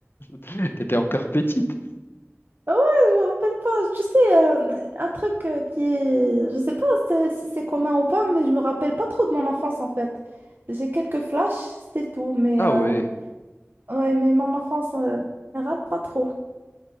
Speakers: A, on the left; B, on the right.
A: <laughs> tu étais encore petite.
B: Ah ouais, je me rappelle pas. Tu sais, euh, un truc euh, qui est... Je sais pas c'est- si c'est commun ou pas, mais je me rappelle pas trop de mon enfance, en fait. J'ai quelques flashs, c'est tout, mais...
A: Ah
B: euh,
A: oui.
B: Ouais, mais mon enfance, euh, en général, pas trop.